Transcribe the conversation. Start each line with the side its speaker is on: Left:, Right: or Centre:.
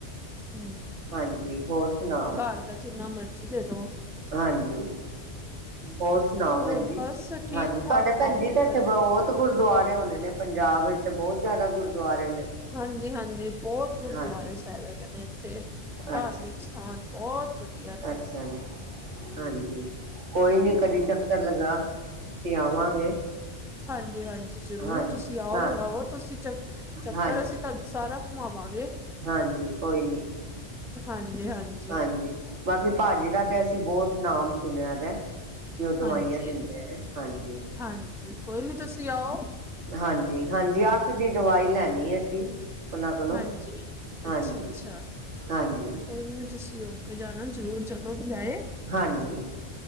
Centre: ਹਮ।
Right: ਹਾਂਜੀ, ਹੋਰ ਸੁਣਾਓ?
Centre: ਘਰ ਦਾ, ਜਿੰਨਾ ਮਰਜ਼ੀ ਦੇ ਦੋ।
Right: ਹਾਂਜੀ, ਹੋਰ ਸੁਣਾਓ,
Centre: ਹੋਰ
Right: ਭੈਣ ਜੀ,
Centre: ਬਸ ਠੀਕ
Right: ਹਾਂਜੀ
Centre: ਠਾਕ
Right: ਤੁਹਾਡੇ ਭੈਣ ਜੀ, ਤੇ ਇੱਥੇ
Centre: ਵਧੀਆ
Right: ਬਹੁਤ ਗੁਰਦੁਆਰੇ ਹੋਣੇ ਨੇ, ਪੰਜਾਬ ਵਿੱਚ ਤੇ, ਬਹੁਤ ਜ਼ਿਆਦਾ ਗੁਰਦੁਆਰੇ ਨੇ।
Centre: ਹਾਂਜੀ- ਹਾਂਜੀ ਬਹੁਤ, ਗੁਰਦੁਆਰੇ
Right: ਹਾਂ
Centre: ਸਾਹਿਬ ਹੈਗੇ ਨੇ, ਇੱਥੇ ਧਾਰਮਿਕ
Right: ਅੱਛਾ ਜੀ,
Centre: ਸਥਾਨ। ਬਹੁਤ ਵਧੀਆ ਨੇ।
Right: ਅੱਛਾ ਜੀ, ਹਾਂਜੀ। ਕੋਈ ਨੀ, ਕਦੀ ਚੱਕਰ ਲਗਾ, ਅਸੀਂ ਆਵਾਂਗੇ।
Centre: ਹਾਂਜੀ -ਹਾਂਜੀ, ਜ਼ਰੂਰ
Right: ਹਾਂਜੀ
Centre: ਤੁਸੀਂ ਆਓ,
Right: ਹਾਂ
Centre: ਲਗਾਓ ਤੁਸੀਂ ਚੱਕ, ਚੱਕਰ
Right: ਹਾਂਜੀ
Centre: ਅਸੀਂ ਤੁਹਾਨੂੰ ਸਾਰਾ, ਘੁੰਮਾਵਾਂਗੇ।
Right: ਹਾਂਜੀ, ਕੋਈ ਨੀ।
Centre: ਹਾਂਜੀ- ਹਾਂਜੀ।
Right: ਹਾਂਜੀ, ਬਾਕੀ ਭਾਜੀ ਦਾ ਤੇ, ਅਸੀਂ ਬਹੁਤ ਨਾਮ ਸੁਣਿਆ ਦਾ। ਵੀ ਉਹ, ਦਵਾਈਆਂ
Centre: ਹਾਂਜੀ
Right: ਦਿੰਦੇ ਨੇ, ਹਾਂਜੀ।
Centre: ਹਾਂਜੀ ਕੋਈ ਨੀ ਤੁਸੀਂ ਆਓ
Right: ਹਾਂਜੀ- ਹਾਂਜੀ, ਅੱਖ ਦੀ ਦਵਾਈ ਲੈਣੀ ਏ, ਅਸੀਂ। ਉਹਨਾਂ ਕੋਲੋਂ
Centre: ਹਾਂਜੀ,
Right: ਹਾਂਜੀ
Centre: ਅੱਛਾ -ਅੱਛਾ,
Right: ਹਾਂਜੀ
Centre: ਕੋਈ ਨੀ ਤੁਸੀਂ ਉਹ ਹੋ ਕੇ ਜਾਣਾ, ਜਰੂਰ ਜਦੋਂ ਵੀ ਆਏ,
Right: ਹਾਂਜੀ